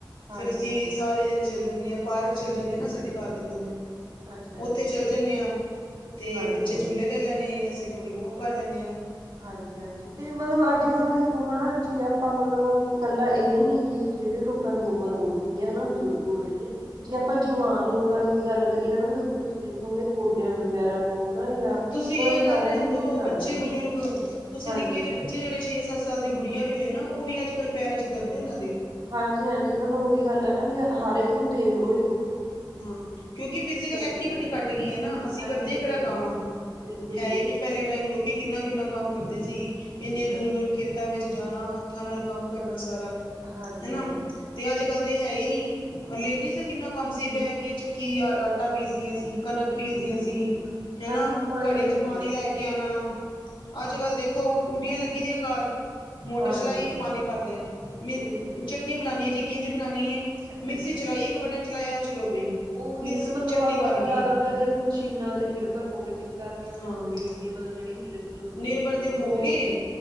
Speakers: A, on the right; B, on the left.
A: ਹਾਂਜੀ
B: ਫਿਰ ਅਸੀਂ
A: ਹਾਂਜੀ
B: ਸਾਰੇ ਜਣੇ ਚੱਲ ਜਾਂਨੇ ਆ, ਪਾਰਕ ਚੱਲ ਜਾਂਨੇ ਆ ਨਾ, ਸਾਡੇ ਘਰ ਦੇ ਕੋਲ ਏ।
A: ਅੱਛਾ ਜੀ
B: ਉੱਥੇ
A: ਅੱਛਾ
B: ਚੱਲ ਜਾਂਨੇ ਹਾਂ, ਤੇ
A: ਹਾਂਜੀ
B: ਬੱਚੇ
A: ਹਾਂਜੀ
B: ਝੂਲੇੇ ਲੈ ਲੈਣੇ, ਅਸੀਂ ਥੋੜੀ ਵੌਕ ਕਰ ਲੈਨੇ ਆਂ। ਹੂੰ।
A: ਹਾਂਜੀ-ਹਾਂਜੀ, ਤੇ ਮਤਲਬ ਅੱਜ-ਕੱਲ ਦੇਖੋ ਹਣਾ, ਜੇ ਆਪਾਂ ਮਤਲਬ ਕੱਲਾ ਇਹ ਨੀ, ਕਿ ਜਿਹੜੇ ਲੋਕਾਂ ਦੀ ਉਮਰ ਹੋ ਚੁੱਕੀ ਹੈ ਹਨਾ, ਬਜ਼ੁਰਗ ਹੋ ਰਹੇ ਨੇ ਜੇ ਆਪਾਂ ਜਵਾਨ ਲੋਕਾਂ ਦੀ ਵੀ ਗੱਲ ਕਰੀਏ ਹਨਾ, ਤੁਸੀਂ ਦੇਖੋਗੇ ਗੋਡਿਆਂ ਵਗੈਰਾ ਤੋਂ ਹਨਾ ਜਾਂ
B: ਤੁਸੀਂ
A: ਮਤਲਬ
B: ਇਹ
A: ਸਾਰਿਆਂ
B: ਗੱਲ ਰਹਿਣ
A: ਨੂੰ ਦਿੱਕਤ
B: ਦੋ
A: ਆ
B: ਬੱਚੇ,
A: ਰਹੀ ਹੈ
B: ਬਜ਼ੁਰਗ ਤੁਸੀਂ
A: ਹਾਂਜੀ।
B: ਨਿੱਕੇ ਜਿਹੇ ਬੱਚੇ ਜਿਹੜੇ ਛੇ-ਸੱਤ ਸਾਲ ਦੀ ਗੁੜੀਆਂ ਵੀ ਹੋਏ ਨਾ, ਉਹ ਵੀ ਅੱਜ-ਕੱਲ ਪੈਰਾਂ'ਚ ਦਰਦੇ ਏ ਉਹਨਾਂ ਦੇ।
A: ਹਾਂਜੀ-ਹਾਂਜੀ, ਮਤਲਬ ਉਹੀ ਗੱਲ ਹੈ ਨਾ ਵੀ, ਹਰ ਇੱਕ ਨੂੰ ਦੇਖਲੋ
B: ਹੂੰ, ਕਿਉਂਕਿ ਫਿਜੀਕਲ ਐਕਟੀਵਿਟੀ
A: ਦਿੱਕਤ ਆ ਰਹੀ
B: ਘੱਟ
A: ਹੈ
B: ਗਈ ਏ ਨਾ, ਅਸੀਂ ਕਰਦੇ
A: ਐਕਟੀਵਿਟੀ
B: ਕਿਹੜਾ ਕੰਮ
A: ਘੱਟ
B: ਆ।
A: ਬਿਲਕੁਲ-ਬਿਲਕੁਲ
B: ਹੈ ਹੀ ਨੀ ਪਹਿਲੇ ਟਾਈਮ ਲੋਕੀ ਕਿੰਨਾ, ਕਿੰਨਾ ਕੰਮ ਕਰਦੇ ਸੀ ਇੰਨੇ
A: ਸਹੀ ਗੱਲ
B: ਦੂਰ, ਦੂਰ ਖੇਤਾਂ ਵਿੱਚ ਜਾਣਾ ਹੱਥਾਂ ਨਾਲ ਕੰਮ ਕਰਨਾ ਸਾਰਾ
A: ਹਾਂਜੀ,
B: ਹਨਾ
A: ਹਾਂਜੀ।
B: ਤੇ ਅੱਜ ਕੱਲ ਤੇ ਹੈ ਹੀ ਨਹੀਂ ਲੇਡੀਜ਼ ਦਾ ਕਿੰਨਾ ਕੰਮ ਸੀ ਬਹਿ ਕੇ ਚੱਕੀ ਆਟ ਆਟਾ ਪੀਸਦੀਆਂ ਸੀ, ਕਣਕ
A: ਬਿਲਕੁਲ-ਬਿਲਕੁਲ-ਬਿਲਕੁਲ
B: ਪੀਸਦੀਆਂ ਸੀ ਹੈਨਾ
A: ਹਾਂਜੀ ਤਾਂ ਹੀ
B: ਘੜੇ ਚ
A: ਹੈ ਮਤਲਬ
B: ਪਾਣੀ ਲੈ ਕੇ ਕਿਆ ਨਾ ਅੱਜ-ਕੱਲ ਦੇਖੋ, ਟੂਟੀਆਂ ਲੱਗੀ ਦੀਆਂ ਘਰ। ਮੋਟਰ
A: ਹਾਂਜੀ
B: ਚਲਾਈ
A: ਹਾਂਜੀ
B: ਪਾਣੀ ਭਰ ਲਿਆ, ਮ
A: ਬਿਲਕੁਲ
B: ਚਟਨੀ ਬਣਾਨੀ ਏ ਜੀ, ਕਿੰਝ ਬਣਾਣੀ ਏ। ਮਿਕਸੀ
A: ਹਾਂ
B: ਚਲਾਈਏ ਇੱਕ ਬਟਨ ਚਲਾਇਆ ਚਲੋ ਬਈ
A: ਉਹੀ
B: ਮਿਕਸੀ
A: ਹੈ ਨਾ, ਮਤਲਬ
B: ਚਟਨੀ
A: ਆਪਾਂ
B: ਬਣ ਗਈ
A: ਜ਼ਿਆਦਾਤਰ ਦੇਖੋ ਮਸ਼ੀਨਾਂ ਤੇ ਨਿਰਭਰ ਹੋ ਗਏ ਜਿਸ ਕਰਕੇ ਆਪਣੇ
B: ਹਾਂ
A: ਸਰੀਰ ਤੇ ਮਤਲਬ ਜਿਹੜੀ ਹਿੱਲ ਜੁਲ ਹੋਣੀ
B: ਨਿਰਭਰ
A: ਚਾਹੀਦੀ
B: ਤੇ
A: ਹੈ, ਉਹ ਨਹੀਂ
B: ਗਏ
A: ਹੋ ਰਹੀ।